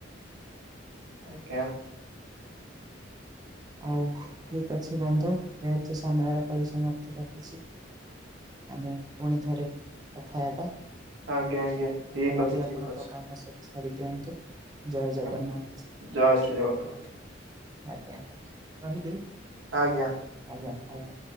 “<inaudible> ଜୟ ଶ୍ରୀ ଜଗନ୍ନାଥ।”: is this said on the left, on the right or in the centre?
Right